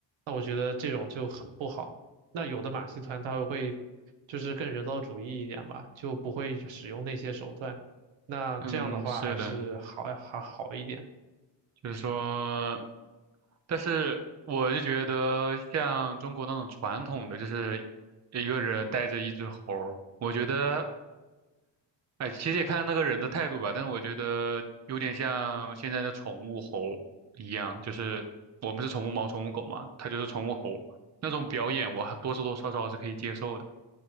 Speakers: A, on the right; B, on the right.
A: 那我觉得这种就很不好。那有的马戏团它会就是更人道主义一点吧，就不会使用那些手段。那这样的话还是好还好一点。
B: 嗯，是的。就是说，但是我就觉得像中国那种传统的，就是一个人带着一只猴儿我觉得，哎，其实也看那个人的态度吧，但是我觉得有点像现在的宠物猴一样，就是我们是宠物猫、宠物狗嘛，它就是宠物猴，那种表演我还多多少少是可以接受的。